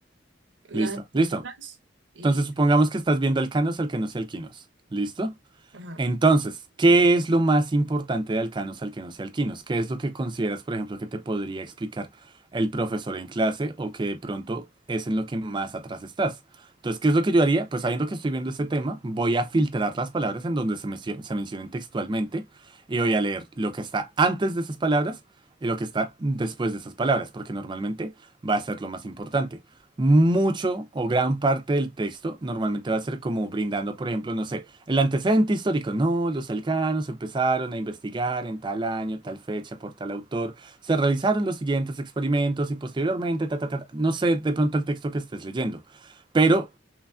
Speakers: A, on the right (about 70°); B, on the right (about 25°).
A: Las
B: listo,
A: estructuras
B: listo.
A: y...
B: Entonces, supongamos que estás viendo alcanos, alquenos y alquinos. ¿Listo?
A: Ajá.
B: Entonces, ¿qué es lo más importante de alcanos, alquenos y alquinos? ¿Qué es lo que consideras, por ejemplo, que te podría explicar el profesor en clase o que de pronto es en lo que más atrás estás? Entonces, ¿qué es lo que yo haría? Pues sabiendo que estoy viendo este tema, voy a filtrar las palabras en donde se, mencio- se mencionen textualmente y voy a leer lo que está antes de esas palabras y lo que está después de esas palabras, porque normalmente va a ser lo más importante. Mucho o gran parte del texto normalmente va a ser como brindando, por ejemplo, no sé. El antecedente histórico, no, los alcanos empezaron a investigar en tal año, tal fecha, por tal autor, se realizaron los siguientes experimentos y posteriormente, ta, ta, ta, ta. no sé de pronto el texto que estés leyendo, pero